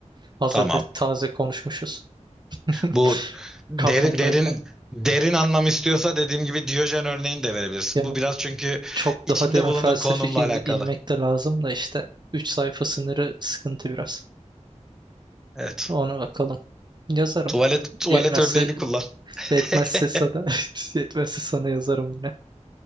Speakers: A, on the right (about 35°); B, in the centre.
A: Hazırda
B: tamam.
A: taze konuşmuşuz <laughs>
B: Bu derin
A: kafamdayken.
B: derin derin anlam istiyorsa dediğim gibi Diyojen örneğini de verebilirsin.
A: Yani
B: Bu biraz çünkü
A: çok
B: içinde
A: daha derin
B: bulunduğun
A: felsefik
B: konumla
A: in-
B: alakalı.
A: inmek de lazım da işte. üç sayfa sınırı sıkıntı biraz.
B: Evet.
A: Ona bakalım. Yazarım.
B: Tuvalet tuvalet
A: Yetmezse
B: örneğini kullan. <laughs>
A: yetmezse sana <laughs> yetmezse sana yazarım yine.